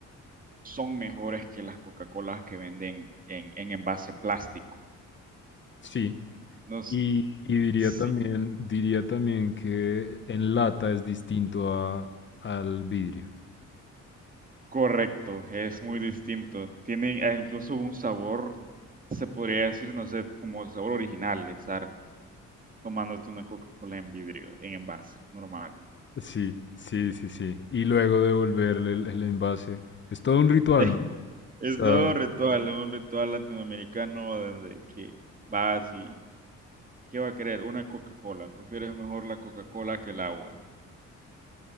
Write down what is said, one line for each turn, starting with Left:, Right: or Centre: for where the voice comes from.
Right: son mejores que las Coca-Colas que venden en, en envase plástico.
Left: Sí,
Right: No
Left: Y,
Right: sé,
Left: y diría
Right: sí,
Left: también, diría también que en lata es distinto a, al vidrio.
Right: correcto, es muy distinto. Tienen eh, incluso un sabor, se podría decir, no sé, como el sabor original de estar tomándote una Coca-Cola en vidrio, en envase, normal.
Left: Sí, sí, sí, sí. Y luego devolverle el, el envase. Es todo un ritual,
Right: <laughs>
Left: ¿no?
Right: Es
Left: O sea,
Right: todo un ritual, un ritual latinoamericano donde que vas y ¿qué va a querer? Una Coca-Cola. Prefieres mejor la Coca-Cola que el agua.